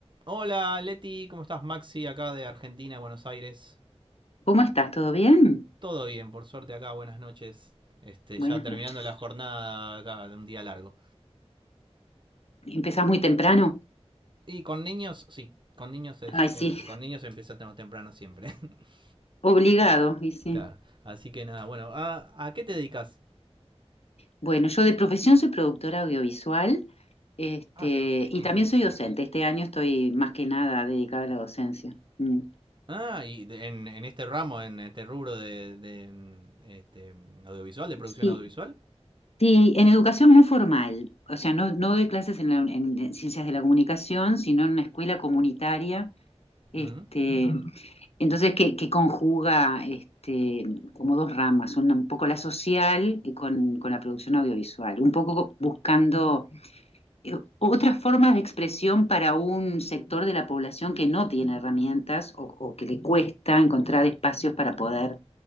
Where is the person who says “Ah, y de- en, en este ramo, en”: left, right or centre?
Right